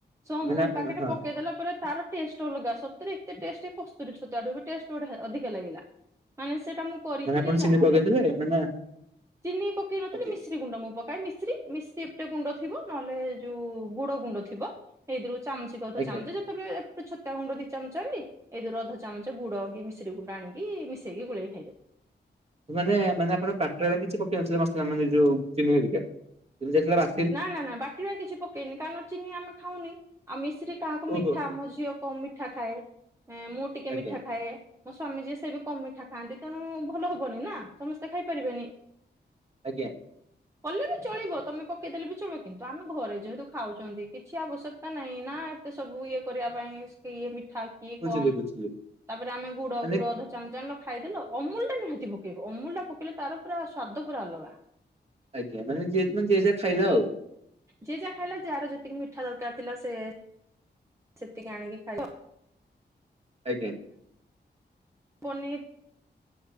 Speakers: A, on the right; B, on the right.
A: ସେ ଅମୁଲ
B: ମାନେ ଆପ
A: ପାକେଟେ
B: ହଁ
A: ପକେଇଦେଲା ପରେ ତାର ଟେଷ୍ଟ ଅଲଗା ସତରେ ଏତେ ଟେଷ୍ଟ କସ୍ତୁରୀ ଛତୁଆ ଠୁ ବି ଟେଷ୍ଟ ବଢିଆ ଅଧିକା ଲାଗିଲା ମାନେ ସେଇଟା ମୁଁ କରିଥିଲି
B: ମାନେ ଆପଣ ଚିନି
A: ଯାହାଲେ
B: ପକେଇଥିଲେ ମାନେ
A: ଚିନି ପକେଇ ନଥିଲି
B: ଆଜ୍ଞା
A: ମିଶ୍ ମିଶ୍ରୀ ଗୁଣ୍ଡ ମୁଁ ପକାଏ ମିଶ୍ରୀ ମିଶ୍ରୀ ଏପଟେ ଗୁଣ୍ଡ ଥିବ ନହେଲେ ଯୋଉ ଗୁଡ ଗୁଣ୍ଡ ଥିବ ହେଇଥିରୁ ଚାମଚେ କି ଅଧ
B: ଆଜ୍ଞା
A: ଚାମଚେ ଯେତେବେଳେ ଛତୁଆ ଗୁଣ୍ଡ ଦି ଚାମଚ ଆଇଁଲି ଏଇଥିରୁ ଅଧ ଚାମଚ ଗୁଡ କି ମିଶ୍ରୀ ଗୁଣ୍ଡ ଆଣିକି ମିସେଇକି ଗୁଳେଇକି ଖାଇଦେଲି।
B: ମାନେ ମାନେ ଆପଣ ବାଟିଲାବେଳେ କିଛି ପକେଇ ମସଲା ମାନେ ଯୋଉ ଚିନିହେରିକା କିନ୍ତୁ ଯେତେଳେ ବା
A: ନା ନା ନା ବାଟିବା କିଛି ପକେଇନି କାରଣ ଚିନି ଆମେ ଖାଉନି ଆଉ ମିଶିରି କାହାକୁ
B: ଓହୋ
A: ମିଠା ମୋ ଝିଅ କମ ମିଠା ଖାଏ ମୁଁ ଟିକେ
B: ଆଜ୍ଞା
A: ମିଠା ଖାଏ। ମୋ ସ୍ଵାମୀ ଯିଏ ସେ ବି କମମିଠା ଖାଆନ୍ତି ତେଣୁ ଭଲ ହବନି ନା ସମସ୍ତେ ଖାଇପାରିବେନି।
B: ଆଜ୍ଞା।
A: କଲେ ବି ଚଳିବ ତମେ ପକେଇଦେଲେ ବି ଚଳିବ କିନ୍ତୁ ଆମେ ଘରେ ଯେହେତୁ ଖାଉଛନ୍ତି କିଛି ଆବଶ୍ୟକତା ନାହିଁ ନା ଏତେ ସବୁ ଇଏ କରିବା ପାଇଁ କିଏ ମିଠା କିଏ
B: ବୁଝିଲି
A: କମ
B: ବୁଝିଲି
A: ତାପରେ ଆମେ ଗୁଡ
B: ମାନେ
A: ଗୁଡ ଧ ଚାମଚେ ଆଣିଲ ଖାଇଦେଲ ଅମୁଲ ଟା ନିହାତି ପକେଇବ ଅମୁଲ ଟା ପକେଇଲେ ତାର ପୁରା ସ୍ଵାଦ ପୁରା ଅଲଗା।
B: ଆଜ୍ଞା ମାନେ ଯି ମାନେ ଜିଏ ଯାହା ଖାଇଲା ଆଉ।
A: ଯିଏ ଯାହା ଖାଇଲା ଯାହାର ଯେତିକି ମିଠା ଦରକାର ଥିଲା ସେ ସେତିକି ଆଣିକି ଖାଇବ।
B: ଆଜ୍ଞା।
A: ପନିର୍